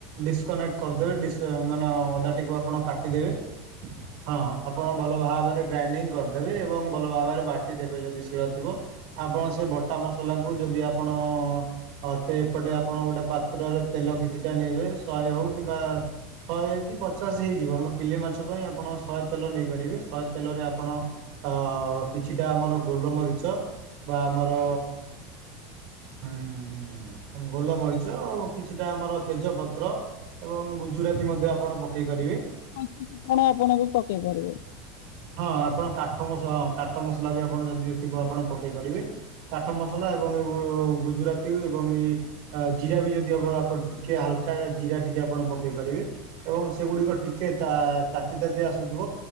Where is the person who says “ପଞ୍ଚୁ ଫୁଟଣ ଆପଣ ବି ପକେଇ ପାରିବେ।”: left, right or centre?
Left